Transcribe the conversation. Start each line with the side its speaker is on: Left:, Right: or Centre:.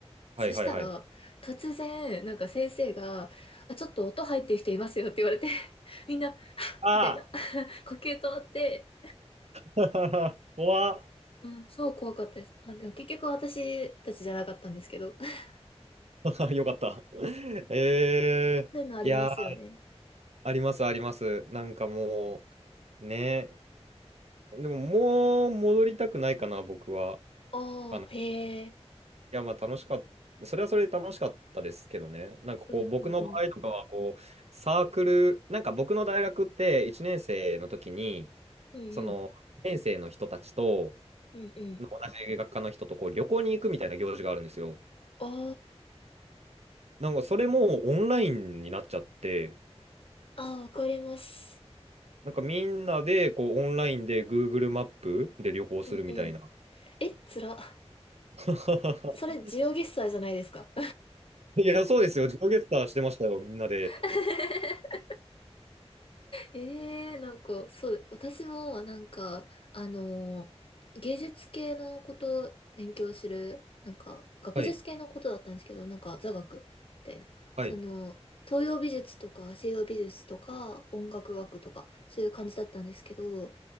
Right: はいはいはい。
Left: そしたら、突然、なんか先生が、あ、ちょっと音入ってる人いますよって言われて、<laughs> みんな、
Right: あ
Left: みたいな、<laughs> 呼吸止まって、
Right: あ <laughs> 怖
Left: うん、超怖かったです。あ、でも結局私たちじゃなかったんですけど。<laughs>
Right: っ <laughs> よかった。ええー、
Left: そういうのありますよね。
Right: いやー、ありますあります。なんかもう、ね。でももう戻りたくないかな、僕は。
Left: ああ、
Right: あ
Left: へえ。
Right: いや、まあ楽しかった。それはそれで楽しかったですけどね。なんかこう、
Left: うんうんうん。
Right: 僕の場合とかは、こう、サークル、なんか僕の大学って1年生の時に、
Left: うんうん。
Right: その、年生の人たちと、
Left: うんうん。
Right: 同じ学科の人とこう旅行に行くみたいな行事があるんですよ。
Left: あ
Right: なんかそれもオンラインになっちゃって、
Left: あ、ああ、わかります。
Right: なんかみんなでこうオンラインで Google マップで旅行するみたいな。
Left: うんうん。え、つら。
Right: <laughs>
Left: それ、ジオゲッサーじゃないですか。
Right: いや、そうですよ。自動ゲッターしてましたよ、みんなで。
Left: <laughs> ええなんか、そう、私も、なんか、あのー芸術系のことを勉強する、なんか、学術系のことだったんですけど、
Right: はい、
Left: なんか、座学みたいな。
Right: はい、
Left: その、東洋美術とか西洋美術とか音楽学とか、そういう感じだったんですけど、